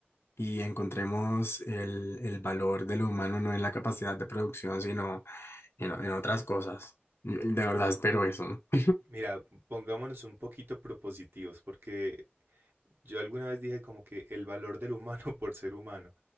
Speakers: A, on the left; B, on the right.
A: y encontremos el, el valor de lo humano no en la capacidad de producción, sino en, en otras cosas. Yo- De verdad espero eso. <laughs>
B: Mira, pongámonos un poquito propositivos, porque yo alguna vez dije como que el valor del humano <laughs> por ser humano,